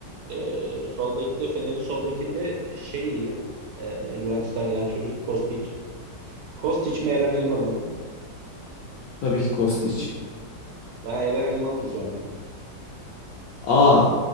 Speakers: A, on the right (about 70°); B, on the left (about 70°).
A: Eee sol bekte Fener'in sol bekinde şey iyi. Eee Juventus'tan gelen çocuk Kostic. Kostic mi, Eren Elmalı mı?
B: Tabii ki Kostić.
A: Ben Eren Elmalı diyeceğim ya.
B: Aa,